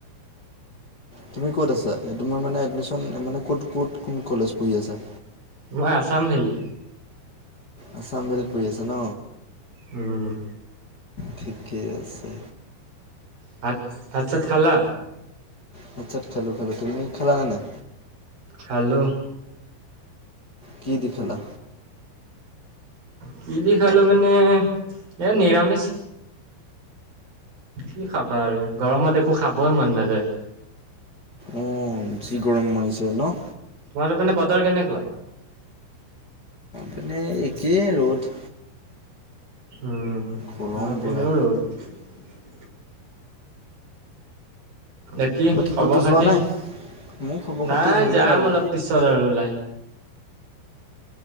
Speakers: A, on the left (about 40°); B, on the right (about 45°).
A: তুমি ক'ত আছা তোমাৰ মানে এডমিশন মানে ক'ত ক'ত কোন কলেজ পঢ়ি আছা?
B: মই আছাম ভেলি।
A: আচাম ভেলিত পঢ়ি আছা ন।
B: উম,
A: ঠিকেই আছে।
B: ভাত ভাতছাত খালা?
A: ভাতছাত খেলোঁ খেলোঁ তুমি খালা নে নাই?
B: খালু।
A: কি দি খালা?
B: কি দি খালো মানে এ নিৰামিষ। কি খাবা আৰু গৰমত একো খাবই মন নাযায়।
A: অ' যি গৰম সোমাইছে ন।
B: তোমাৰ সিপিনে বতৰ কেনেকুৱা?
A: মানে একেই ৰ'দ।
B: উম
A: গৰম
B: আমাৰ
A: পূৰা
B: পিনেও ৰ'দ। ন কি
A: বাকী
B: খব
A: ক'তো
B: খাতি
A: যোৱা নাই? মোৰ খবৰ
B: নাই
A: খাতি ভালেই
B: যাম
A: আৰু।
B: অলপ পিছৰ আৰু ওলাই।